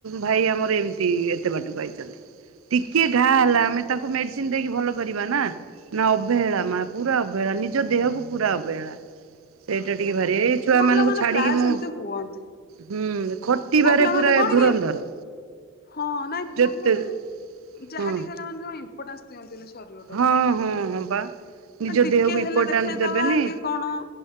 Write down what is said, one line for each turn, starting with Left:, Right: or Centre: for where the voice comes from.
Right: ଭାଇ ଆମର ଏମିତି ଏତେ ବାଟକୁ ଆଇଛନ୍ତି ଟିକେ ଘା
Left: ହଁ
Right: ହେଲା ଆମେ ତାଙ୍କୁ ମେଡିସିନ ଦେଇକି ଭଲ କରିବା ନା। ନା ଅବହେଳା ମା ପୁରା ଅବହେଳା ନିଜ ଦେହକୁ ପୁରା ଅବହେଳା। ସେଇଟା ଟିକେ ଭାରି ଏଇ ଛୁଆ
Left: ପୁଅ
Right: ମାନଙ୍କୁ
Left: ପିଲା ମାନେ
Right: ଛାଡିକି
Left: ପ୍ରାୟ
Right: ମୁଁ
Left: ସେମିତି ହୁଅନ୍ତି
Right: ହୁଁ ଖଟିବାରେ
Left: ପୁଅ ପିଲାମାନେ
Right: ପୁରା
Left: କଣ
Right: ଧୁରନ୍ଧର।
Left: କି ହଁ ନାଇଁ ପୁଅ
Right: ଯେତେ
Left: ପିଲାମାନେ ଯାହା
Right: ହଁ
Left: ଟିକେ ହେଲା ମାନେ ଜମା ଇମ୍ପୋର୍ଟାନ୍ସ ଦିଅନ୍ତିନି ଶରୀରଟାକୁ।
Right: ହଁ ହଁ ହଁ ବା ନିଜ
Left: ନା ଟିକେ
Right: ଦେହକୁ
Left: ହେଲେ
Right: ଇମ୍ପୋର୍ଟାନ୍ସ
Left: ଦେଖେଇଦବା
Right: ଦେବେନି
Left: କି କଣ